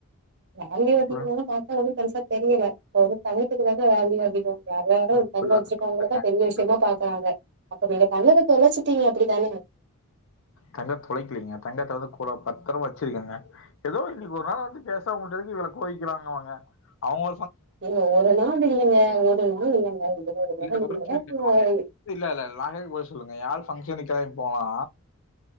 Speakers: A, on the right; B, on the left.
A: வேல்யூ
B: சொல்லுங்க.
A: அதிகனு பாத்தா ஒன்னு பெருசா தெரியல இப்ப வந்து தங்கத்துக்கு தாங்க வேல்யூ அதிகோ எல்லாரு
B: அப்படிலாம்
A: தங்கோ வெச்சிருக்கவங்களதா
B: இல்லங்க.
A: பெரிய விஷயமா
B: இல்ல.
A: பாக்குறாங்க அப்ப நீங்க தங்கத்த தொலைச்சிட்டீங்க அப்டிதான
B: தங்க தொலைக்கிலீங்க தங்கத்த கூட பத்திரோ வெச்சிருக்கங்க எதோ இன்னைக்கு ஒரு நாள் வந்து பேசமாவுட்டதுக்கு இவள கோவிக்கறாங்க அவுங்க அவுங்க
A: ஏங்க ஒரு நாள் இல்லைங்க ஒரு நாள் இல்லைங்க இங்கப்பாருங்க
B: இல்ல ஒரு நிமிஷம் இருங்க.
A: <unintelligible>
B: இல்ல இல்ல நா கேக்றதுக்கு பதில் சொல்லுங்க ஏ ஆள் பஃங்க்ஷனுக்காக போனா